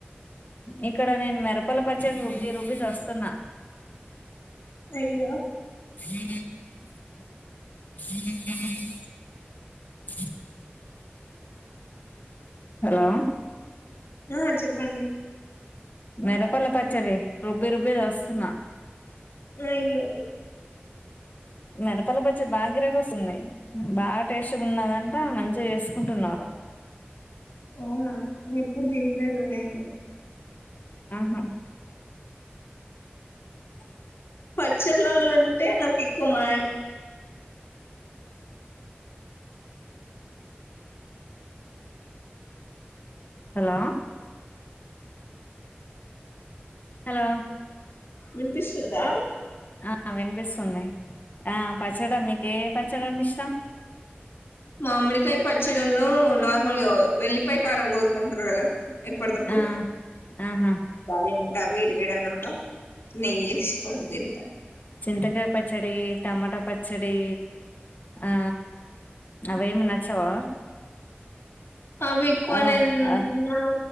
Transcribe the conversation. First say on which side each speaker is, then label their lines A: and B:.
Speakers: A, on the left; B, on the left.
A: ఇక్కడ నేను మెరపల పచ్చళ్ళు రుబ్బి రుబ్బి చస్తున్న
B: అయ్యో
A: హ హలో
B: ఆ చెప్పండి
A: మెరపల్ల పచ్చడి రుబ్బి రుబ్బి చస్తున్నా
B: అయ్యో
A: మిరపల్ల పచ్చడి బాగా గిరకి వస్తుంది బాగా టేస్ట్ ఉన్నదంటా మంచిగా చేసుకుంటున్నారు
B: అవునా ఎప్పుడు తినలేదు నేను
A: ఆహా ఆ
B: పచ్చళ్లళో అంటే నాకు ఎక్కువ మ్యాం
A: హలో హలో
B: వినిపిస్తుందా
A: ఆ వినిపిస్తుంది ఆ పచ్చడా మీకు ఏ పచ్చడంటె ఇష్టం
B: మామిడికాయ పచ్చడీను నార్మల్గా వెల్లిపాయ కారం నూరుకుంటారు కదా ఎప్పడి దప్పుడు
A: ఆ ఆహా
B: తింటా వేడి వేడి అన్నంలో నెయ్యి వేసుకొని తింటా
A: చింతకాయ పచ్చడి టమాటా ప పచ్చడి ఆ అవేమి నచ్చవా
B: అవి ఎక్కువ
A: ఆ
B: నేను
A: ఆ
B: తినను